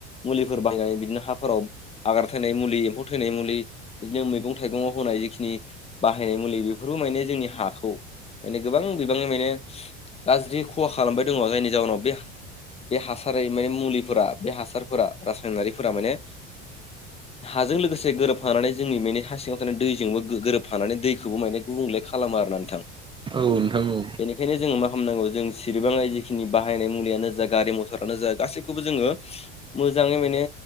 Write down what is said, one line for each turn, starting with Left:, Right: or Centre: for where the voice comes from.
Left: मुलिफोर बाहायनानै बिदिनो हाफोराव हाग्रा थैनाय मुलि एम्फौ थैनाय मुलि बिदिनो मैगं थाइगंआव होनाय जिखिनि बाहायनाय मुलि बे बेफोरबो माने जोंनि हाखौ माने गोबां बिबाङै माने गाज्रि खहा खालामबाय दङ जायनि जाउनाव बे बे हासारै माने मुलिफोरा बे हासारफोरा रासायनारिफोरा माने हाजों लोगोसे गोरोबफानानै जोंनि माने हा सिङाव थानाय दैजोंबो गोरोबफानानै दैखौबो माने गुबुंले खालामो आरो ना नोंथां
Right: औ नोंथां औ
Left: बेनिखायनो जोङो मा खालामनांगौ जों सिरिबाङै जिखिनि बाहायनाय मुलियानो जा गारि मथरानो जा गासैखौबो जोङो मोजाङै माने